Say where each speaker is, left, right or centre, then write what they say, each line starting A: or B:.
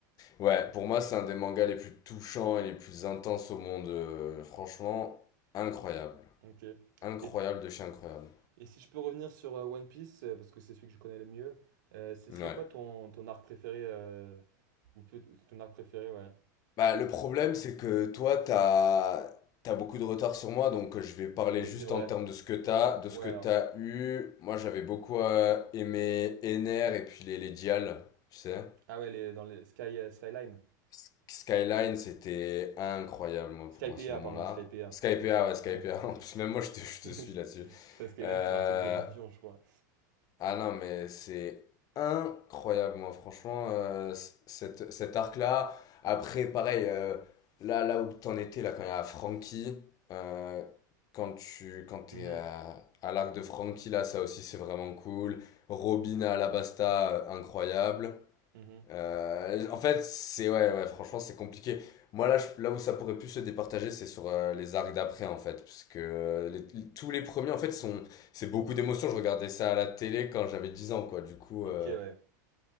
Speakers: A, on the left (about 35°); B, on the right (about 75°).
A: ouais, pour moi, c'est un des mangas les plus touchants et les plus intenses au monde. euh, franchement, incroyable.
B: Ok.
A: Incroyable
B: Et,
A: de chez incroyable.
B: et si je peux revenir sur euh, One Piece, euh, parce que c'est celui que je connais le mieux, euh, ce serait
A: Ouais.
B: quoi ton, ton arc préféré euh, ou peut- ton arc préféré, ouais.
A: Bah, le problème, c'est que toi, t'as, t'as beaucoup de retard sur moi, donc euh, je vais parler
B: Oui,
A: juste
B: c'est vrai.
A: en termes de ce que t'as, de
B: Ouais,
A: ce que
B: alors.
A: t'as eu. Moi, j'avais beaucoup euh, aimé Ener et puis les, les Dial, tu sais.
B: Ah ouais, les, dans les Sky, euh, Skyline.
A: S- Skyline, c'était incroyable, moi,
B: Skypiea,
A: pour moi, ce moment-là.
B: pardon, Skypiea.
A: Skypa, ouais, Skypa.
B: Ouais.
A: <laughs> En plus, même moi, je te, je
B: <laughs>
A: te suis là-dessus.
B: Ça, Skyline,
A: Euh,
B: c'est un truc de d'avion, je crois.
A: Ah non, mais c'est incroyable, moi, franchement, euh, c- cette, cet arc-là. Après, pareil, euh, là, là où t'en étais, là, quand il y a Frankie, euh, quand tu, quand t'es
B: Mhm,
A: à, à l'arc de Frankie, là, ça aussi, c'est vraiment cool. Robin à Alabasta, euh, incroyable.
B: mhm.
A: Euh, en fait, c'est ouais, ouais, franchement, c'est compliqué. Moi, là, je- là où ça pourrait plus se départager, c'est sur euh, les arcs d'après, en fait, parce que euh, les- tous les premiers, en fait, sont, c'est beaucoup d'émotions. Je regardais ça à la télé quand j'avais 10 ans, quoi. Du coup,
B: Ok,
A: euh,
B: ouais.